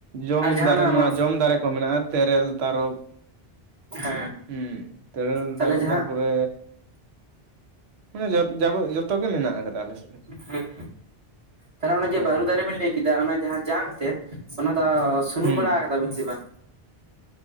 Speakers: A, on the right; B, on the right.
A: ᱡᱚᱢ
B: ᱟᱨ ᱡᱟᱦᱟᱸ
A: ᱫᱟᱨ
B: ᱚᱱᱟ
A: ᱱᱚᱣᱟ ᱡᱚᱢ ᱫᱟᱨᱮ ᱠᱚ ᱢᱮᱱᱟᱜᱼᱟ᱾ ᱛᱮᱨᱮᱞ ᱛᱟᱨᱚᱯ
B: ᱦᱮᱸ
A: ᱦᱩᱸ ᱛᱮᱨᱮᱞ
B: ᱛᱟᱦᱚᱞᱮ
A: ᱛᱟᱨᱚᱜ
B: ᱡᱟᱦᱟᱸ
A: ᱛᱟᱨᱯᱚᱨᱮ ᱢᱟᱱᱮ ᱡᱟ ᱡᱚᱛᱚ ᱜᱮ ᱢᱮᱱᱟᱜ ᱟᱠᱟᱫᱟ ᱟᱞᱮ ᱥᱮᱫ ᱨᱮ᱾
B: ᱦᱮᱸ ᱛᱟᱦᱚᱞᱮ ᱚᱱᱮ ᱡᱮ
A: ᱦᱮᱸ
B: ᱵᱟᱹᱨᱩ ᱫᱟᱨᱮ ᱵᱮᱱ ᱞᱟᱹᱭ ᱠᱮᱫᱟ ᱚᱱᱟ ᱡᱟᱦᱟᱸ ᱡᱟᱝ ᱛᱮᱫ ᱚᱱᱟ ᱫᱚ ᱥᱩᱱᱩᱢ
A: ᱦᱩᱸ
B: ᱵᱟᱲᱟ ᱠᱟᱫᱟᱵᱤᱱ ᱥᱮ ᱵᱟᱝ?